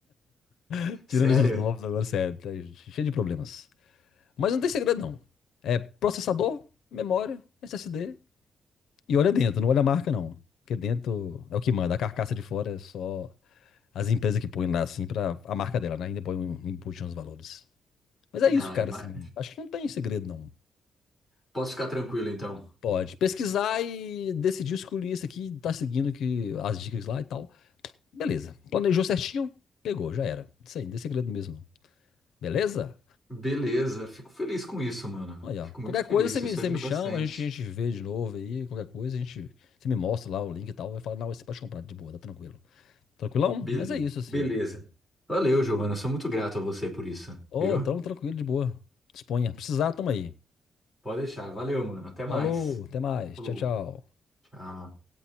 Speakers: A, on the left (about 85°); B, in the centre.
A: <laughs>
B: Sério?
A: Tirando esses novos agora, sério, tá cheio de problemas. Mas não tem segredo, não. É processador, memória, SSD. E olha dentro, não olha a marca, não. Porque dentro é o que manda. A carcaça de fora é só as empresas que põem lá, assim, pra a marca dela, né? Ainda põe um input nos valores. Mas é isso,
B: Ai,
A: cara,
B: mas
A: assim. Acho que não tem segredo, não.
B: posso ficar tranquilo então.
A: Pode pesquisar e decidir escolher isso aqui, tá seguindo que, as dicas lá e tal. Beleza. Planejou certinho, pegou, já era. Isso aí, não tem segredo mesmo, não. Beleza?
B: Beleza, fico feliz com isso, mano.
A: Olha,
B: Fico
A: ó.
B: muito
A: qualquer
B: feliz,
A: coisa você me,
B: isso
A: você
B: ajuda
A: me chama,
B: bastante.
A: a gente, a gente vê de novo aí, qualquer coisa, a gente, você me mostra lá o link e tal. Eu falo, não, você pode comprar de boa, tá tranquilo. Tranquilão?
B: Bele-
A: Mas é isso, assim.
B: Beleza. Valeu, Giovana, sou muito grato a você por isso,
A: Ô,
B: viu?
A: tamo tranquilo, de boa. Disponha. Precisar, tamo aí.
B: Pode deixar, valeu, mano. Até mais.
A: Falou, até mais.
B: Falou.
A: Tchau, tchau.
B: Tchau.